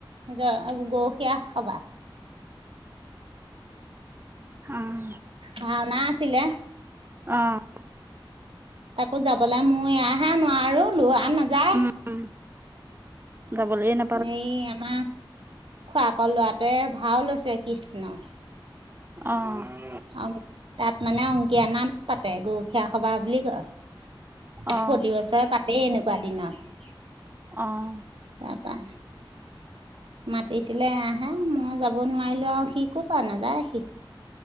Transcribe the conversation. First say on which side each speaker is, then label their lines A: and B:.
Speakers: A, on the right; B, on the right.
A: গৰুখীয়া সবাহ।
B: উম।
A: ভাওনা আছিলে।
B: অ'।
A: তাকো যাবলৈ, মই এয়াহে নোৱাৰো লোৱা নাযায়।
B: উম। যাবলৈ নেপাও।
A: এই আমাৰ, খোৰাকৰ লৰাটোৱে ভাও লৈছে, কৃষ্ণ।
B: অ'।
A: অ' তাত মানে অংকীয়া নাট পাতে, গৰুখীয়া সবাহ বুলি কয়।
B: অ
A: প্ৰতিবছৰে পাতেই এনেকুৱা দিনত।
B: অ'।
A: তাৰপা মাতিছিলে আহাঁ, মই যাব নোৱাৰিলো, আৰু সি ক'ৰ পৰা যাব, নাযায় সি।